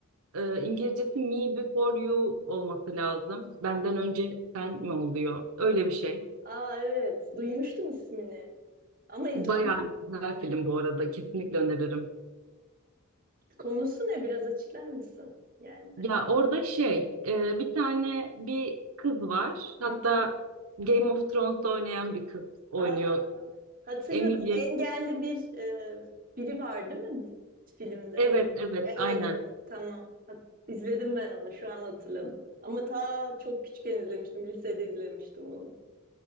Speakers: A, on the right; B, on the right.
A: Ee, İngilizcesi me before you olması lazım. Benden
B: Hı.
A: önce sen mi oluyor? Öyle bir şey.
B: Aa evet, duymuştum ismini ama izlemedim.
A: Bayağı güzel film bu arada. Kesinlikle öneririm.
B: Konusu ne? Biraz açıklar mısın? Yani hani.
A: Ya orada şey e, bir tane bir kız var. Hatta
B: Hı hı.
A: Game of Thrones'ta oynayan bir kız oynuyor.
B: Aa, hatırladım.
A: Emilia.
B: Engelli bir e, biri var değil mi filmde?
A: Evet evet aynen.
B: Evet evet tamam. Hat- İzledim ben onu şu an hatırladım. Ama ta çok küçükken izlemiştim. Lisede izlemiştim onu.